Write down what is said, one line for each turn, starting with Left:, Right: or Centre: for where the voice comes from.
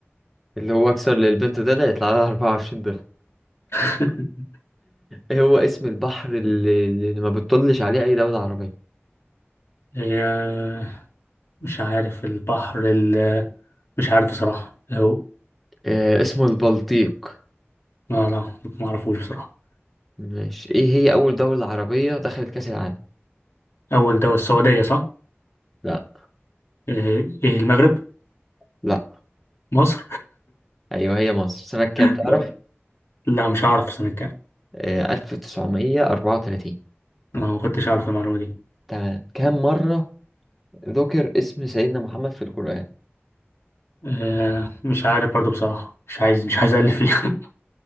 Centre: اللي هو اكثر للبنت ده اللي يطلع لها 24
Left: <laughs>
Centre: هو اسم البحر اللي, اللي ما بتطلش عليه أي دولة عربية
Left: آه، مش عارف البحر ال مش عارف بصراحة هو
Centre: آه اسمه البلطيق
Left: لا لا ما اعرفوش بصراحة
Centre: ماشي إيه هي أول دولة عربية دخلت كأس العالم؟
Left: أول دولة السعودية صح؟
Centre: لا
Left: إيه إيه المغرب؟
Centre: لا
Left: مصر؟
Centre: أيوه هي مصر سنة كام
Left: <laughs>
Centre: تعرف؟
Left: لا لا مش عارف سنة كام
Centre: آه 1934
Left: أنا ما كنتش أعرف المعلومة دي
Centre: تمام كم مرة ذكر اسم سيدنا محمد في القرآن؟
Left: آه مش عارف برضو بصراحة مش عايز مش عايز ألف فيها